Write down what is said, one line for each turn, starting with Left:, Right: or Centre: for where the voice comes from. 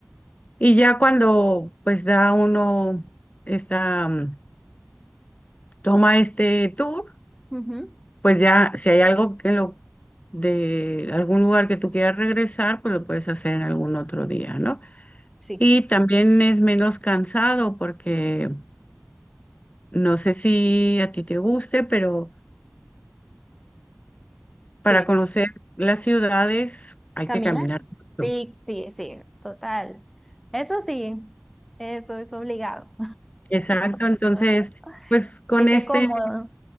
Left: Y ya cuando pues da uno esta, mm, toma este tour,
Centre: Ujú.
Left: pues ya si hay algo que lo de algún lugar que tú quieras regresar, pues lo puedes hacer en algún otro día, ¿no?
Centre: Sí,
Left: Y también es menos cansado porque no sé si a ti te guste, pero para
Centre: ¿Qué?
Left: conocer las ciudades hay
Centre: ¿Caminar?
Left: que caminar mucho.
Centre: sí, sí, sí, total. Eso sí, eso es obligado.
Left: Exacto, entonces
Centre: <laughs>
Left: pues con
Centre: Y sé
Left: este
Centre: cómodo,